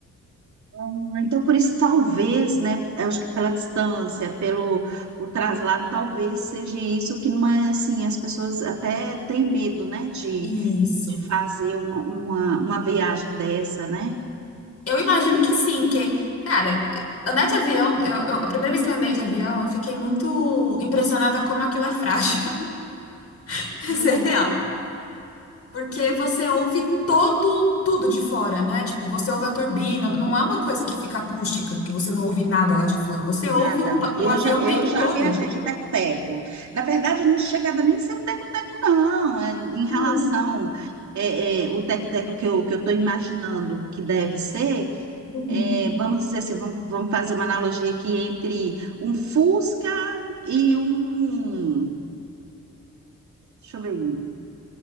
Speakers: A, on the right (about 70°); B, on the left (about 50°).
A: Hum, Então, por isso, talvez, né? Eu acho que pela distância, pelo o traslado, talvez seja isso que não é assim. As pessoas até têm medo, né? De,
B: Isso.
A: de fazer uma, uma, uma viagem dessa, né?
B: Eu imagino que sim, porque, cara, andar de avião, eu, eu- a primeira vez que eu andei de avião, eu fiquei muito impressionada como aquilo é frágil. <laughs> Isso
A: Muito.
B: é real. Porque você ouve todo, tudo de fora, né? Tipo, você ouve a turbina, não é uma coisa que fica acústica, que você não ouve nada lá de fora. Você ouve
A: Nada.
B: o, ba- o
A: Eu
B: avião
A: já, eu
B: o tempo
A: já
B: todo.
A: viajei de teco-teco. Na verdade, eu não chegava nem a ser um teco-teco, não. É, em
B: Hum,
A: relação é, é, o teco-teco que eu, que eu estou imaginando que deve ser.
B: uhum,
A: é, vamos dizer assim, vamos, vamos fazer uma analogia aqui entre um Fusca e um, deixa eu ver,